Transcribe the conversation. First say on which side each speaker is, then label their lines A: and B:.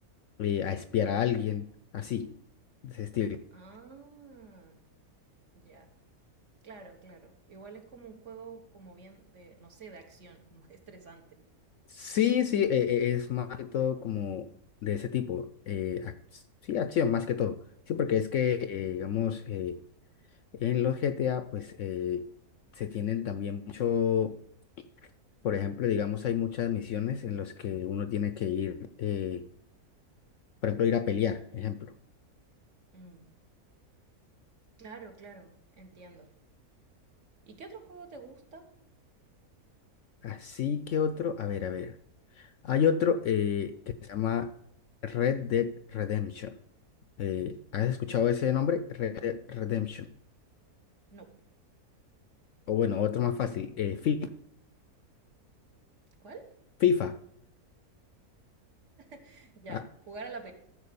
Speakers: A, on the left; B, on the right.
A: eh, a espiar a alguien, así, de ese estilo.
B: Ah, ya. Claro, claro. Igual es como un juego como bien de, no sé, de acción, como <laughs> estresante.
A: Sí, sí, eh, eh, es más que todo como de ese tipo, eh, ac- sí, acción más que todo, sí, porque es que, eh, digamos, eh, en los GTA, pues, eh, se tienen también mucho... Por ejemplo, digamos, hay muchas misiones en las que uno tiene que ir eh, Por ejemplo, ir a pelear, ejemplo.
B: Mm, claro, claro. Entiendo. ¿Y qué otro juego te gusta?
A: Así que otro, a ver, a ver. Hay otro eh, que se llama Red Dead Redemption. Eh, ¿has escuchado ese nombre? Red Dead Redemption.
B: No.
A: O bueno, otro más fácil, eh, Fi-
B: ¿Cuál?
A: FIFA.
B: <laughs> Ya,
A: Ah,
B: jugar a la pelota.